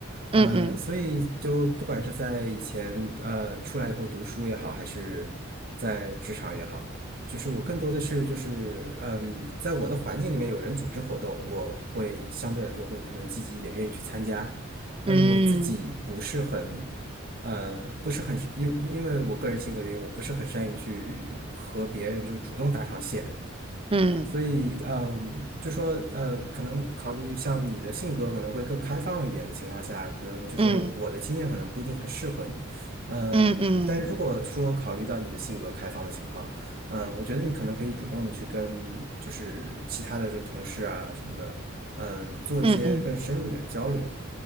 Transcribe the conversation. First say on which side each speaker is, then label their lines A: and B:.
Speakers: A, on the right; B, on the right.
A: 呃，
B: 嗯嗯
A: 所以就不管是在以前呃出来以后读书也好，还是在职场也好。就是我更多的是就是嗯，在我的环境里面有人组织活动，我会相对来说会可能积极一点，愿意去参加。但是我自己不是很呃，
B: 嗯
A: 不是很因因为我个人性格原因，我不是很善于去和别人就是主动搭上线。
B: 嗯
A: 所以，嗯，就说，呃，可能考虑像你的性格可能会更开放一点的情况下，可能就说我的经验可能不一定很适合你，
B: 嗯
A: 嗯，
B: 嗯嗯
A: 但如果说考虑到你的性格开放的情况，嗯，我觉得你可能可以主动的去跟就是其他的就同事啊什么的，嗯，做一些更深入一点的交流，
B: 嗯嗯